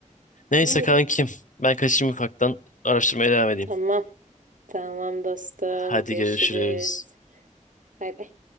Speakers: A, on the left (about 70°); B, on the right (about 75°).
A: Neyse
B: İyi.
A: kankim ben kaçayım ufaktan araştırmaya devam edeyim.
B: Tamam. Tamam dostum.
A: Hadi
B: Görüşürüz.
A: görüşürüz.
B: Bay bay.